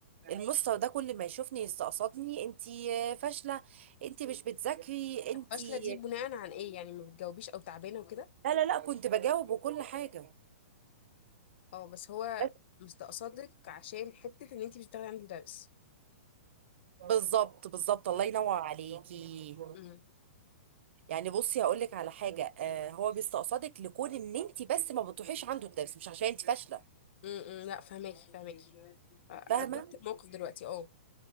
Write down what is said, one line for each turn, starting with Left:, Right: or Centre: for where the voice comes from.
Right: المستر ده كل ما يشوفني يستقصدني انتي آه، فاشله انتي مش بتذاكري انتي
Left: طب فاشله دي بناء عن ايه يعني ما بتجاوبيش او تعبانه وكده
Right: لا لا لا كنت بجاوب وكل حاجة
Left: اه بس هو
Right: بس
Left: مستقصدك عشان حته ان انت مش بتاخدي عند مدرس
Right: بالظبط بالظبط الله
Left: مم.
Right: ينور عليكي
Left: مم.
Right: يعني بصي هقول لك على حاجة آه هو بيستقصدك لكون ان انت بس ما بتروحيش عنده الدرس مش عشان انت فاشلة
Left: مم. لا فهماكي فهماكي ادركت
Right: فاهمة
Left: الموقف دلوقتي اه